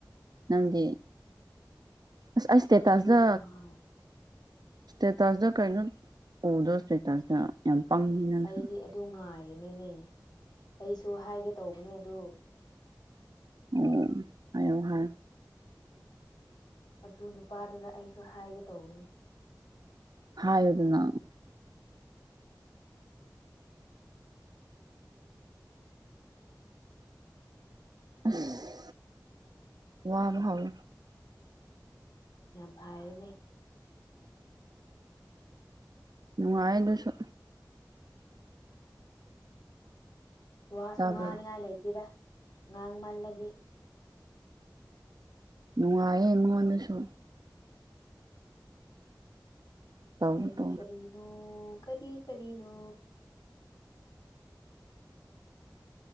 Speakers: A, on the right; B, on the left.
A: ꯅꯪꯗꯤ ꯑꯁ ꯑꯩ ꯏꯁꯇꯦꯇꯁꯇ
B: ꯑꯩꯗꯤ ꯑꯗꯨ ꯉꯥꯏ
A: ꯁꯇꯦꯇꯁꯇ ꯀꯩꯅꯣ ꯎꯗꯣꯔꯁꯦ ꯇꯁꯇ ꯌꯥꯝ ꯄꯥꯡꯉꯤ ꯅꯪꯁꯨ
B: ꯑꯩꯗꯤ ꯑꯗꯨ ꯉꯥꯏꯔꯤꯅꯦꯅꯦ ꯑꯩꯁꯨ ꯍꯥꯏꯒꯦ ꯇꯧꯕꯅꯦ ꯑꯗꯨ
A: ꯑꯣ ꯍꯥꯏꯌꯧ ꯍꯥꯏ
B: ꯑꯗꯨ ꯅꯨꯄꯥꯗꯨꯅ ꯑꯩꯁꯨ ꯍꯥꯏꯒꯦ ꯇꯧꯕꯅꯤ
A: ꯍꯥꯏꯌꯨ ꯗꯅ ꯑꯁꯤ ꯋꯥꯕ ꯍꯧ
B: ꯌꯥꯝ ꯐꯔꯦꯅꯦ
A: ꯅꯨꯡꯉꯥꯏ ꯑꯗꯨꯁꯨ
B: ꯋꯥꯁꯨ
A: ꯇꯥꯕ꯭ꯔꯣ
B: ꯉꯥꯅꯤꯉꯥꯏ ꯂꯩꯇꯦꯗ ꯉꯥꯡꯃꯜꯂꯗꯤ
A: ꯅꯨꯡꯉꯥꯏꯌꯦ ꯃꯉꯣꯟꯗꯁꯨ ꯇꯧ
B: ꯀꯔꯤ
A: ꯇꯧ
B: ꯀꯔꯤꯅꯣ ꯀꯔꯤ ꯀꯔꯤꯅꯣ